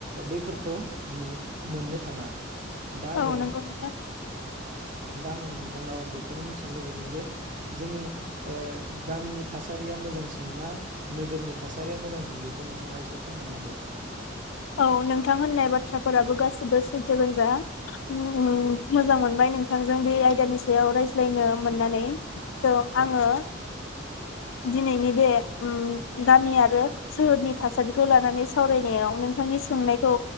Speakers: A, on the right (about 40°); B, on the left (about 75°).
A: बैफोरखौ मो मोननो थाङा। दा आङो
B: औ नंगौ नोंथां
A: दा आङो नों। नोंथांनाव आ बेखौनो मिथिनो लुबैदों जे जोंनि ओ गामिनि। थासारिया मोजांसिन ना नोगोरनि थासारिया मोजांसिन बेखौ नोंथाङा एसे फोरमायना होदो।
B: औ नोंथां होननाय बाथ्राफोराबो गासिबो सैथोगो जा उम मोजां मोनबाय नोंथांजों बे आयदानि सायाव रायज्लायनो मोननानै। थ' आङो।
A: औ
B: दिनैनि बे उम गामि आरो सोहोरनि थासारिखौ लानानै सावरायनायाव नों। बिथांनि सोंनायखौ